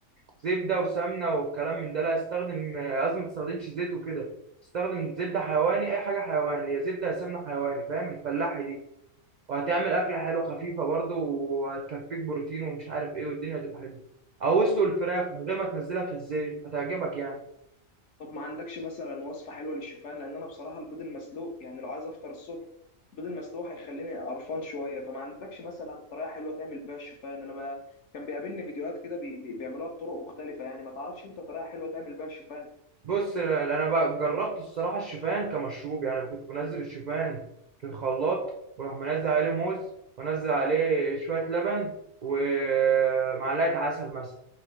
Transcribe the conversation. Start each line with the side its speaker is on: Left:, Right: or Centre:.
Right: زبده وسمنه والكلام من ده لا استخدم لازم ما تستخدمش زيت وكده استخدم زبده حيواني اي حاجه حيواني يا زبده يا سمنه حيواني فاهم الفلاحي دي وهتعمل اكله حلوه خفيفه برضه وهتكفيك بروتين ومش عارف ايه والدنيا هتبقى حلوه او اسلق الفراخ من غير ما تنزلها في الزيت هتعجبك يعني
Left: طب ما عندكش مثلا وصفة حلوة للشوفان لأن أنا بصراحة البيض المسلوق يعني لو عايز أفطر الصبح البيض المسلوق هيخليني قرفان شوية فما عندكش مثلا طريقة حلوة تعمل بيها الشوفان أنا ما كان بيقابلني فيديوهات كده بي... بي... بيعملوها بطرق مختلفة يعني ما تعرفش أنت طريقة حلوة تعمل بيها الشوفان
Right: بص انا بقى جربت الصراحه الشوفان كمشروب يعني كنت بنزل الشوفان في الخلاط واروح منزل عليه موز وانزل عليه شويه لبن ومعلقه عسل مثلا